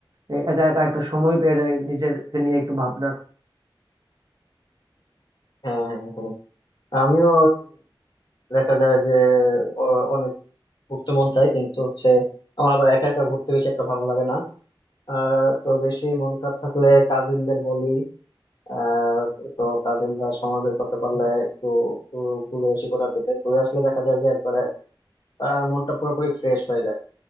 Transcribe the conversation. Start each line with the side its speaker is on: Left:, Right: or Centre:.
Right: এ একা একা একটা সময় পেয়ে যায় নিজেকে নিয়ে একটু ভাবনার
Left: হ্যাঁ হ্যাঁ হ্যাঁ আমিও দেখা যায় যে অ- অনেক ঘুরতে মন চায় কিন্তু হচ্ছে আমার আবার একা একা ঘুরতে বেশি একটা ভালো লাগে না আহ তো বেশি মন খারাপ থাকলে কাজিনদের বলি আহ তো কাজিনরা সময় বের করতে পারলে একটু উ, ঘুরে আসি কোথা থেকে ঘুরে আসলে দেখা যায় যে একবারে আহ, মনটা পুরোপুরি ফ্রেশ হয়ে যায়